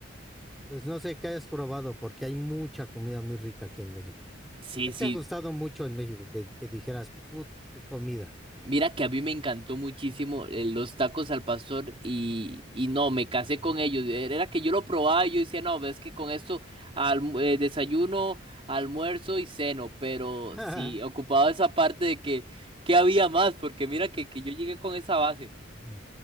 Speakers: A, in the centre; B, on the right.
A: Pues no sé qué hayas probado, porque hay mucha comida muy rica aquí en México.
B: Sí,
A: ¿Qué
B: sí,
A: te ha gustado mucho en México? Que, que dijeras, put, qué comida.
B: Mira que a mí me encantó muchísimo eh, los tacos al pastor y, y no, me casé
A: Ujú.
B: con ellos. Era era que yo lo probaba y yo decía, no, ves que con esto alm- eh, desayuno, almuerzo y ceno, pero
A: <laughs>
B: sí, ocupaba esa parte de que, que había más, porque mira que, que yo llegué con esa base.
A: Ujú.